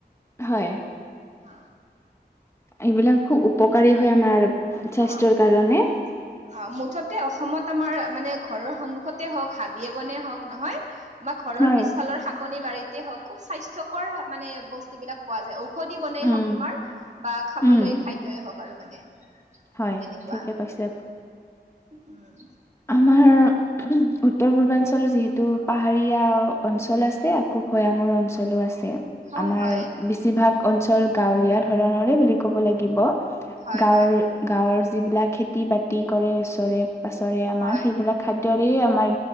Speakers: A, on the left (about 15°); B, on the right (about 40°).
A: হয়।
B: আ।
A: এইবিলাক খুব উপকাৰী হয় আমাৰ স্বাস্থ্যৰ
B: অ
A: কাৰণে।
B: <inaudible> অ, মুঠতে অসমত আমাৰ মানে ঘৰৰ সন্মুখতে হওঁক হাবিয়ে বনে হওঁক নহয়, আমাৰ ঘৰৰ
A: হয়।
B: পিছফালৰ শাকনি বাৰীতে হওঁক, খুব স্বাস্থ্যকৰ মানে বস্তুবিলাক পোৱা যায়। ঔষধি বনেই
A: উম।
B: হওঁক তোমাৰ বা খাবলৈ
A: উম,
B: খা পালো মানে
A: হয়
B: তেনেকুৱা,
A: ঠিকে কৈছে আপুনি।
B: উম।
A: <unintelligible> উত্তৰ পূৰ্বাঞ্চল যিহেতু পাহাৰীয়া অঞ্চল আছে। কু ভৈয়ামৰ অঞ্চলো আছে।
B: হয়
A: আমাৰ
B: হয়
A: বেছিভাগ অঞ্চল গাঁৱলীয়া ধৰণৰে বুলি ক'ব লাগিব।
B: হয়
A: গাঁৱৰ
B: হয়
A: গাঁৱৰ যিবিলাক খেতি বাতি কৰে ওচৰে পাঁছৰে আমাৰ।
B: হয়
A: সেইবিলাক খাদ্ দৰেই আমাৰ